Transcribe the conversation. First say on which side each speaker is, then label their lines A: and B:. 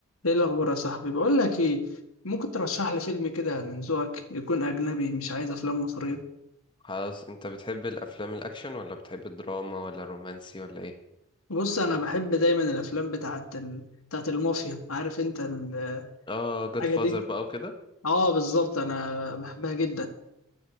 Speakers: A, on the left; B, on the left.
A: ايه الاخبار يا صاحبي بقول لك ايه ممكن ترشح لي فيلم كده من ذوقك يكون اجنبي مش عايز افلام مصريه
B: خلاص انت بتحب الافلام الاكشن ولا بتحب الدراما ولا الرومانسي ولا ايه
A: بص انا بحب دايما الافلام بتاعت ال... بتاعت المافيا عارف انت ال-
B: اه جود
A: الحاجه
B: فازر
A: دي
B: بقى وكده
A: اه بالظبط انا بحبها جدا